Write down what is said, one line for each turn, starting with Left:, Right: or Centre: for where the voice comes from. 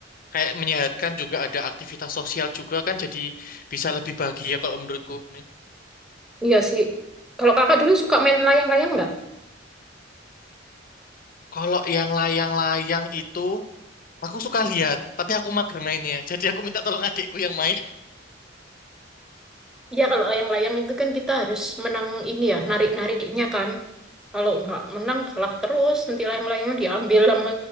Left: kayak menyehatkan juga ada aktivitas sosial juga kan jadi bisa lebih bahagia kalau menurutku nih
Centre: iya sih kalau kakak dulu suka main layang-layang nggak
Left: kalau yang layang-layang itu aku suka lihat tapi aku mager mainnya <laughs> jadi aku minta tolong adikku yang main
Centre: Iya kalau layang-layang itu kan kita harus menang ini ya narik-nariknya kan kalau nggak menang kalah terus nanti layang-layangnya diambil sama